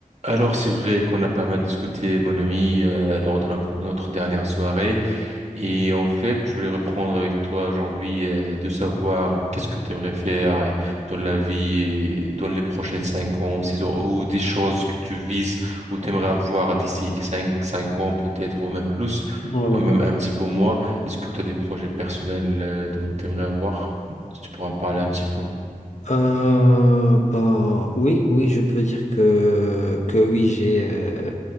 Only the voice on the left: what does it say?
Ouais.
Euh, bah oui, oui, je peux dire que que oui, j'ai euh,